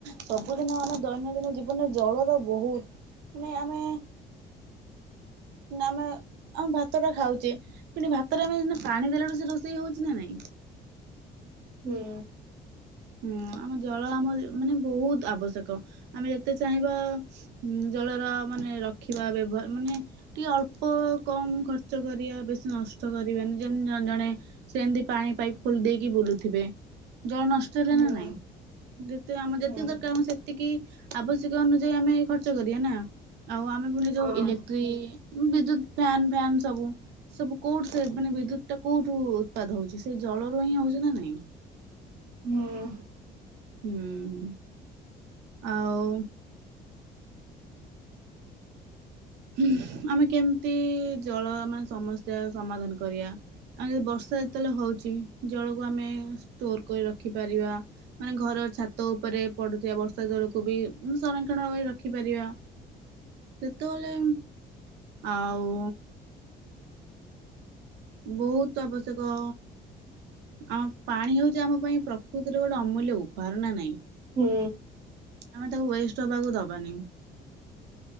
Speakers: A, on the right; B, on the right.
A: ସବୁଦିନ ଆମେ ଦୈନନ୍ଦିନ ଜୀବନରେ ଜଳ ତ ବହୁତ ନାଇ ଆମେ ନା ଆମେ ଆଉ ଭାତ ଟା ଖାଉଛେ କିନ୍ତୁ ଭାତଟା ଆମେ ନା ପାଣି ଦେଲାଳୁ ସେ ରୋଷେଇ ହଉଛି ନା ନାଇଁ।
B: ହୁଁ।
A: ହୁଁ ଆମ ଜଳ ଆମ ମାନେ ବହୁତ ଆବଶ୍ୟକ ଆମେ ଯେତେ ଚାହିଁବା ହଁ ଜଳର ମାନେ ରଖିବା ବ୍ୟବହାର ମାନେ ଟିକେ ଅଳ୍ପ କମ ଖର୍ଚ୍ଚ କରିବା ବେଶୀ ନଷ୍ଟ କରିବେନି ଯେମତି ଜଣେ ଜଣେ ସେମିତି ପାଣି ପାଇପ୍ ଖୋଲି ଦେଇକି ବୁଲୁଥିବେ। ଜଳ ନଷ୍ ଚ ଲା ନା
B: ହୁଁ
A: ନାଇଁ ଯେତେ ଆମ ଯେତିକି
B: ହୁଁ
A: ଦରକାର ଆମ ସେ ଏତିକି ଆବଶ୍ୟକ ଅନୁଯାୟୀ ଆମେ ଖର୍ଚ୍ଚ କରିବା ନା ଆଉ ଆମେ ପୁଣି ଯୋଉ
B: ହୁଁ ହଁ
A: ଇଲେକ୍ଟ୍ରି ବିଦ୍ୟୁତ ଫ୍ୟାନ୍ ଫ୍ୟନ୍ ସବୁ ସବୁ କୋଉଠି ସେ ମାନେ ବିଦ୍ୟୁତ ଟା କୋଉଠୁ ଉତ୍ପାଦ ହଉଛି ସେଇ ଜଳ ରୁ ହିଁ ହଉଛି ନା ନାଇଁ।
B: ହୁଁ।
A: ହୁଁ ଆଉ ହଁ ଆମେ କେମିତି ଜଳ ମାନେ ସମସ୍ୟା ସମାଧାନ କରିବା? ଆମେ ଯି ବର୍ଷା ଯେତେବେଳେ ହଉଛି ଜଳକୁ ଆମେ ଷ୍ଟୋର କରି ରଖି ପାରିବା। ମାନେ ଘର ଛାତ ଉପରେ ପଡୁଥିବା ବର୍ଷା ଜଳକୁ ବି ସଂରକ୍ଷଣ ର ରଖିପାରିବା। ସେତେବେଳେ ଆଉ ବୋହୁତ ଆବଶ୍ୟକ ଆମ ପାଣି ହଉଛି ଆମ ପାଇଁ ପ୍ରକୃତିରେ ଗୋଟେ ଅମୂଲ୍ୟ ଉପହାର ନା ନାହିଁ।
B: ହୁଁ।
A: ଆମେ ତାକୁ ୱେଷ୍ଟ ହବାକୁ ଦବାନି।